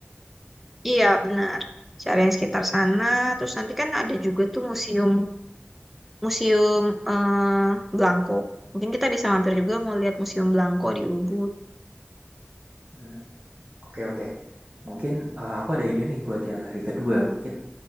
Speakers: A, in the centre; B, on the right.
A: Iya benar. Cari yang sekitar sana terus nanti kan ada juga tuh museum museum eh, Blangko. Mungkin kita bisa mampir juga mau lihat museum Blangko di Ubud.
B: Hmm, oke oke. Mungkin eh, aku ada ide nih buat yang hari kedua. Mungkin